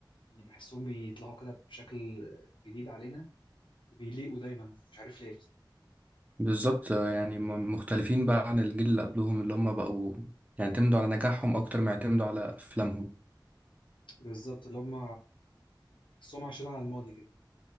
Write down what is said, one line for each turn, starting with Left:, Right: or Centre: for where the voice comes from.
Left: يعني بحسهم بيطلعوا كده بشكل جديد علينا وبيليقوا دايما مش عارف ليه
Right: بالظبط آه، يعني م- مختلفين بقى عن الجيل اللي قبلهم اللي هم بقوا يعتمدوا على نجاحهم أكتر ما يعتمدوا على أفلامهم
Left: بالظبط اللي هم بحسهم عايشين على الماضي كده